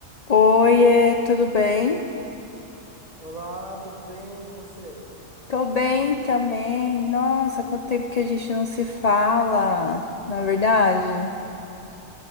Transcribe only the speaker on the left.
Oiê, tudo bem?
Tô bem também. Nossa, quanto tempo que a gente não se fala, não é verdade?